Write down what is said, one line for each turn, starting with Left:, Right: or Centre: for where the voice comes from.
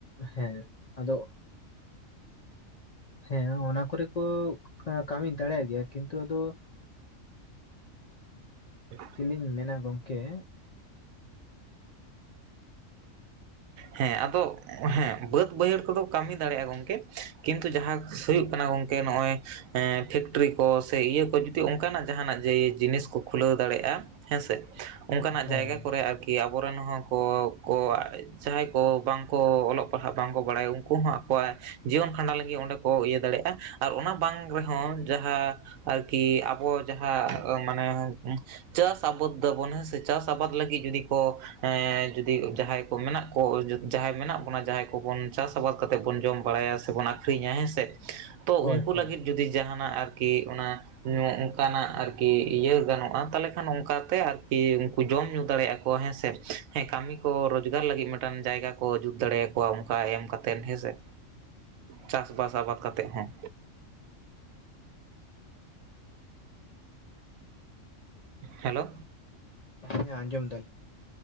Left: ᱦᱮᱸ ᱟᱫᱚ ᱦᱮᱸ ᱚᱱᱟ ᱠᱚ ᱨᱮ ᱠᱚ ᱠᱟᱹᱢᱤ ᱫᱟᱲᱮᱭᱟᱜ ᱜᱮᱭᱟ ᱠᱤᱱᱛᱩ ᱟᱫᱚ
Right: <unintelligible>
Left: ᱪᱮᱞᱤᱧ ᱢᱮᱱᱟ ᱜᱚᱝᱠᱮ ᱮᱸᱜ
Right: ᱦᱮᱸ ᱟᱫᱚ ᱦᱮᱸ ᱵᱟᱹᱫ ᱵᱟᱹᱭᱦᱟᱹᱲ ᱠᱚ ᱫᱚ ᱠᱟᱹᱢᱤ ᱫᱟᱲᱮᱭᱟᱜ-ᱟ ᱜᱚᱝᱠᱮ ᱠᱤᱱᱛᱩ ᱡᱟᱦᱟᱸ ᱦᱩᱭᱩᱜ ᱠᱟᱱᱟ ᱜᱚᱝᱠᱮ ᱱᱚᱜ-ᱚᱭ ᱦᱮᱸ ᱯᱷᱮᱠᱴᱨᱤ ᱠᱚ ᱥᱮ ᱤᱭᱟᱹ ᱠᱚ ᱡᱩᱫᱤ ᱚᱝᱠᱟᱱᱟᱜ ᱡᱟᱦᱟᱱᱟᱜ ᱡᱮ ᱡᱤᱱᱤᱥ ᱠᱚ ᱠᱷᱩᱞᱟᱹᱣ ᱫᱟᱲᱮᱜ-ᱟ, ᱦᱮᱸ ᱥᱮ ᱚᱝᱠᱟᱱᱟᱜ
Left: ᱦᱳᱭ
Right: ᱡᱟᱭᱜᱟ
Left: ᱦᱳᱭ
Right: ᱠᱚᱨᱮ ᱟᱨᱠᱤ ᱟᱵᱚ ᱨᱮᱱ ᱦᱚᱸ ᱠᱚ ᱠᱚ ᱡᱟᱦᱟᱸᱭ ᱠᱚ ᱵᱟᱝ ᱠᱚ ᱚᱞᱚᱜ ᱯᱟᱲᱦᱟᱜ ᱵᱟᱝ ᱠᱚ ᱵᱟᱲᱟᱭᱟ ᱩᱱᱠᱩ ᱦᱚᱸ ᱟᱠᱚᱣᱟᱜ ᱡᱤᱭᱚᱱ ᱠᱷᱟᱸᱰᱟ ᱞᱟᱹᱜᱤᱫ ᱚᱸᱰᱮ ᱠᱚ ᱤᱭᱟᱹ ᱫᱟᱲᱮᱜᱼᱟ᱾ ᱟᱨ ᱚᱱᱟ ᱵᱟᱝ ᱨᱮ ᱦᱚᱸ ᱡᱟᱦᱟᱸ ᱟᱨᱠᱤ ᱟᱵᱚ ᱡᱟᱦᱟᱸ ᱢᱟᱱᱮ ᱪᱟᱥ ᱟᱵᱚᱫᱽ ᱫᱟᱵᱚᱱ ᱦᱮᱸ ᱥᱮ ᱪᱟᱥ ᱟᱵᱟᱫᱽ ᱞᱟᱹᱜᱤᱫ ᱡᱩᱫᱤ ᱠᱚ ᱮᱻ ᱡᱩᱫᱤ ᱡᱟᱦᱟᱸᱭ ᱠᱚ ᱢᱮᱱᱟᱜ ᱠᱚ ᱡᱟᱦᱟᱸᱭ ᱢᱮᱱᱟᱜ ᱵᱚᱱᱟ ᱡᱟᱦᱟᱸᱭ ᱠᱚᱵᱚᱱ ᱪᱟᱥ ᱟᱵᱟᱫᱽ ᱠᱟᱛᱮᱫ ᱵᱚᱱ ᱡᱚᱢ ᱵᱟᱲᱟᱭᱟ ᱥᱮ ᱵᱚᱱ ᱟᱹᱠᱷᱨᱤᱧᱟ ᱦᱮᱸ ᱥᱮ ᱛᱚ
Left: ᱦᱳᱭ
Right: ᱩᱝᱠᱩ
Left: ᱦᱳᱭ
Right: ᱞᱟᱹᱜᱤᱫ ᱡᱩᱫᱤ ᱡᱟᱦᱟᱱᱟᱜ ᱟᱨᱠᱤ ᱚᱱᱟ ᱧᱩ ᱚᱝᱠᱟᱱᱟᱜ ᱟᱨᱠᱤ ᱤᱭᱟᱹ ᱜᱟᱱᱚᱜ-ᱟ ᱛᱟᱞᱦᱮ ᱠᱷᱟᱱ ᱚᱝᱠᱟ ᱛᱮ ᱟᱨᱠᱤ ᱩᱝᱠᱩ ᱡᱚᱢ ᱧᱩ ᱫᱟᱲᱮᱭᱟᱜ-ᱟ ᱠᱚ ᱦᱮᱸ ᱥᱮ ᱦᱮ ᱠᱟᱹᱢᱤ ᱠᱚ ᱨᱚᱡ ᱨᱚᱡᱽᱜᱟᱨ ᱞᱟᱹᱜᱤᱫ ᱢᱮᱴᱟᱝ ᱡᱟᱭᱜᱟ ᱠᱚ ᱡᱩᱛ ᱫᱟᱲᱮᱭᱟ ᱠᱚᱣᱟ ᱚᱝᱠᱟ ᱮᱢ ᱠᱟᱛᱮᱱ ᱦᱮᱸ ᱥᱮ᱾ ᱪᱟᱥ-ᱵᱟᱥ ᱟᱵᱟᱫᱽ ᱠᱟᱛᱮᱜ ᱦᱚᱸ ᱦᱮᱞᱳ
Left: ᱦᱮᱸ ᱟᱸᱡᱚᱢ ᱫᱟᱹᱧ